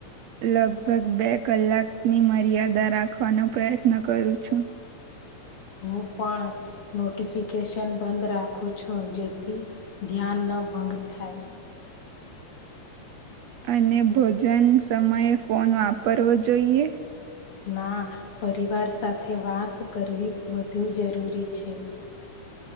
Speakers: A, on the right (about 75°); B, on the left (about 50°).
A: લગભગ બે કલાકની મર્યાદા રાખવાનો પ્રયત્ન કરું છું
B: હું પણ નોટિફિકેશન બંધ રાખું છું જેથી ધ્યાન ન ના ભંગ થાય
A: અને ભોજન સમયે ફોન વાપરવો જોઈએ
B: ના પરિવાર સાથે વાત કરવી વધુ જરૂરી છે